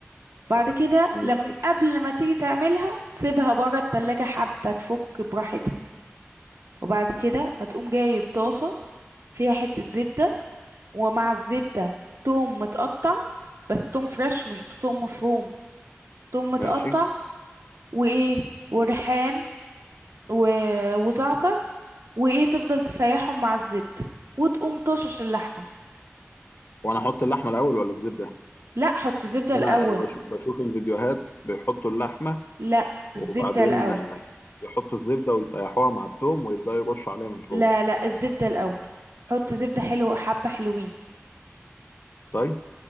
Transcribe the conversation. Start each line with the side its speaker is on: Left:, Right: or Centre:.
Right: بعد كده
Left: ماشي
Right: لم قبل ما تيجي تعملها سيبها برّه التلاجة حبّة تفُك براحتها، وبعد كده هتقوم جايب طاسة فيها حتّة زبدة، ومع الزبدة توم متقطّع، بس توم فريش مش توم مفروم، توم متقطّع
Left: ماشي
Right: وإيه، وريحان و وزعتر وإيه، تفضل تسيّحهم مع الزبدة، وتقوم طاشش اللحمة.
Left: وانا احط اللحمه الاول ولا الزبده
Right: لأ، حُط زبدة
Left: اصل
Right: الأول،
Left: انا اللي بشوف, بشوف الفيديوهات بيحطوا اللحمه
Right: لأ،
Left: وبعدين
Right: الزبدة الأول،
Left: يحطوا الزبده ويسيحوها مع التوم ويبداوا يرشوا عليها من فوق
Right: لا، لأ، الزبدة الأول، حُط زبدة حلوة حبّة حلوين،
Left: طيب